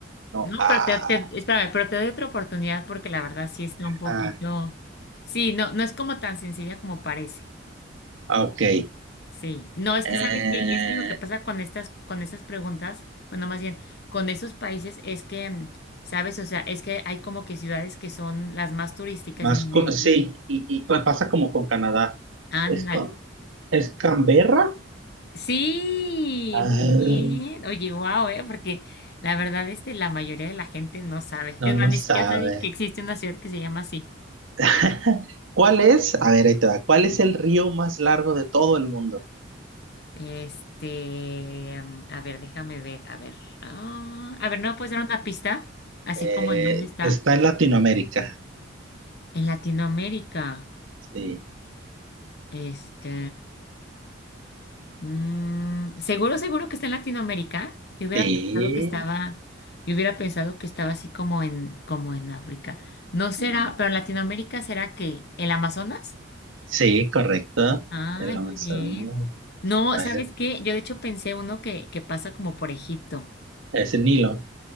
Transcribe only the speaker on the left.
no,
pero te, te- espérame, pero te doy otra oportunidad porque la verdad sí está un poquito,
sí, no, no es como tan sencilla como parece.
Sí, no, es
que sabes que es que lo que pasa con estas, con esas preguntas, bueno, más bien con esos países es que, mm, sabes, o sea, es que hay como que ciudades que son las más turísticas
y no le
dice,
ándale.
Sí,
muy bien. Oye, wow, eh, porque la verdad este, la mayoría de la gente no sabe.
Es más,
ni
siquiera sabe que existe una ciudad que se llama así.
Este, mm, a ver, déjame ver, a ver. Ah, a ver, ¿no me puedes dar una pista? Así
como en dónde está.
En Latinoamérica,
este, mm, seguro, seguro que está en Latinoamérica. Yo hubiera
pensado que estaba, yo hubiera pensado que estaba así como en, como en África. No será,
pero en Latinoamérica será que el Amazonas.
Ay,
muy bien. No,
¿sabes
qué? Yo de hecho pensé uno que, que pasa como por Egipto.